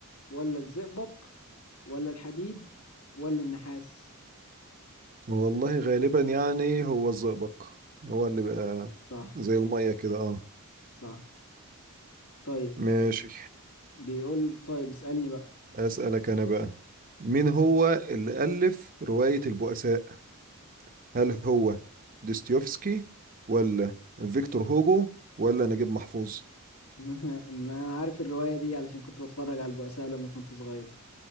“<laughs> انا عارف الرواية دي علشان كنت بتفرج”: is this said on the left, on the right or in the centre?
Left